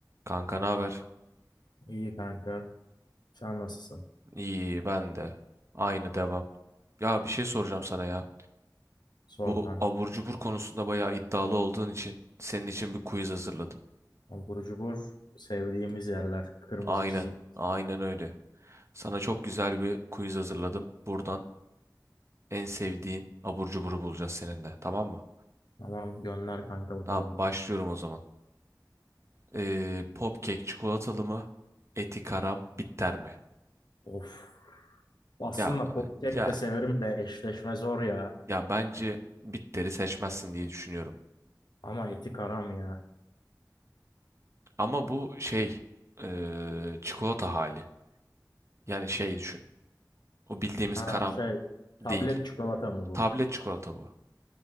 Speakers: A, on the right; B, on the left.
A: Kanka ne haber?
B: İyi kanka. Sen nasılsın?
A: İyi ben de. Aynı devam. Ya bir şey soracağım sana ya.
B: Sor
A: Bu
B: kanka.
A: abur cubur konusunda bayağı iddialı olduğun için senin için bir quiz hazırladım.
B: Burcu cubur sevdiğimiz yerler. Kırmızı
A: Aynen.
B: çizgi.
A: Aynen öyle. Sana çok güzel bir quiz hazırladım. Buradan en sevdiğin abur cuburu bulacağız seninle. Tamam mı?
B: Tamam gönder kanka bakalım.
A: Tamam başlıyorum o zaman. Ee, Popkek çikolatalı mı? Eti karam bitter mi?
B: Of. Aslında
A: Ya
B: popkek
A: ya
B: de severim de eşleşme zor ya.
A: ya bence bitteri seçmezsin diye düşünüyorum.
B: Ama eti karam ya.
A: Ama bu şey eee, çikolata hali. Yani şey düşün. O bildiğimiz
B: Ha
A: karam
B: şey tablet
A: değil.
B: çikolata mı bu?
A: Tablet çikolata bu.